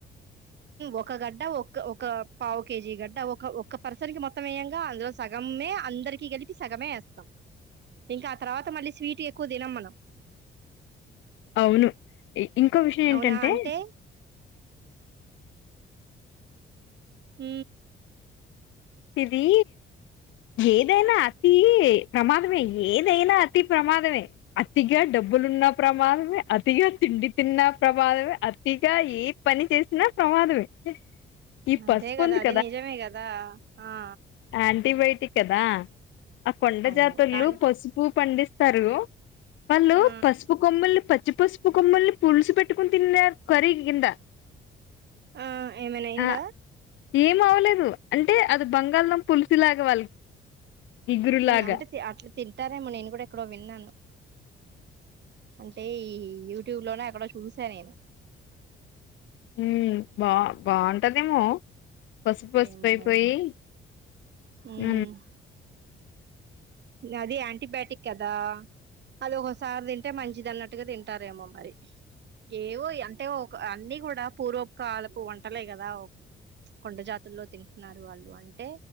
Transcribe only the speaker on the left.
అవును ఇంకో విషయం
ఏంటంటే
ఇది ఏదైనా అతి ప్రమాదమే ఏదైనా అతి ప్రమాదమే అతిగా డబ్బులున్న ప్రమాదమే అతిగా తిండి తిన్న ప్రమాదమే అతిగా ఏ పని చేసినా ప్రమాదమే ఈ పసుపు
ఉంది
ఆంటీబయోటిక్ అదా ఆ కొండ
జాతలు
పసుపు పండిస్తారు వాళ్ళు
పసుపు కొమ్ముల్ని పచ్చ పచ్చి పసుపు కమ్మల్ని పులుసు పెట్టుకుని తిన్నారు కరే కింద
ఆ ఏం అవలేదు అంటే అది బంగాళం పులిసిలాగా వాళ్ళకి ఇగురులాగా
హ బా బాగుంటదేమో పసుపు పసుపు
అయిపోయి
హ